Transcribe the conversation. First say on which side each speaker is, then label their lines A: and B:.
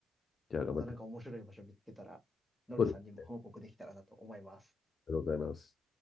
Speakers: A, on the left; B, in the centre.
A: じゃあ、頑張って。
B: またなんか面白い場所見つけたら、のりさんにも報告できたらなと思います。
A: そうです。ありがとうございます。